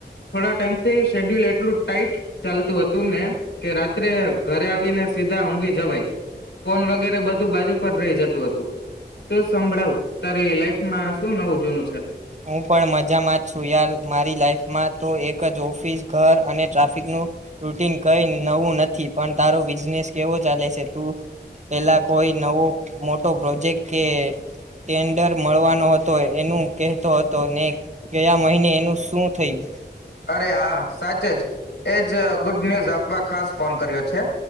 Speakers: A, on the left (about 80°); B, on the right (about 40°).
A: થોડા ટાઈમ થી શેડ્યુલ એટલું ટાઈટ ચાલતું હતું ને કે રાત્રે ઘરે આવીને સીધા ઊંઘી જવાય ફોન વગેરે બધું બાજુ પર રહી જતું હતું તો સંભળાવ તારે લાઈફમાં શું નવું જૂનું છે
B: હું પણ મજામાં જ છું યાર મારી લાઈફમાં તો એક જ ઓફિસ ઘર અને ટ્રાફિકનું રૂટન કઈ નવું નથી પણ તારો બિઝનેસ કેવો ચાલે છે તું પેલા કોઈ નવો મોટો પ્રોજેક્ટ કે ટેન્ડર મળવાનો હતો એનું કહેતો હતો ને ગયા મહિને એનું શું થયું
A: અરે હા સાચ એજ ગ ન્યુઝ આપવા ખાસ ફોન કર્યો છે